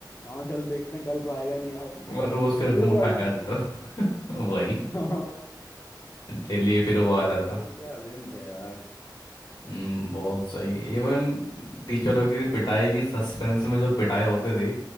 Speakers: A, on the left (about 30°); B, on the left (about 70°).
A: हाँ चल देखते हैं कल को आएगा नहीं यार
B: और रोज फिर मुंह
A: फिर बुला
B: उठा
A: लेते
B: के आ जाता
A: थे
B: <laughs> वही
A: हाँ
B: डेली फिर वो आ
A: क्या
B: जाता
A: मर क्या दिन थे यार
B: हम्म बहुत सही इवन टीचरों की पिटाई भी सस्पेंस में जो पिटाई होते थे